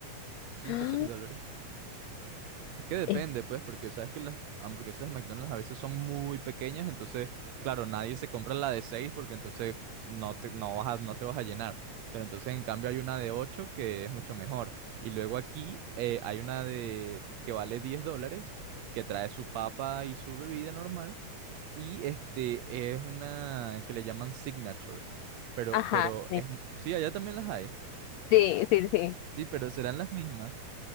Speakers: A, on the right (about 70°); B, on the left (about 85°).
A: cinco
B: <gasps>
A: o 6 dólares. Es que depende,
B: es-
A: pues, porque sabes que las hamburguesas de McDonald's a veces son muy pequeñas, entonces, claro, nadie se compra la de 6 porque entonces no te, no vas a- no te vas a llenar. Pero entonces, en cambio, hay una de 8 que es mucho mejor. Y luego aquí eh, hay una de que vale 10 dólares, que trae su papa y su bebida normal. Y este es una que le llaman Signature. Pero,
B: Ajá,
A: pero
B: sí,
A: es, sí, allá también las hay.
B: sí, sí, sí.
A: Sí, pero serán las mismas.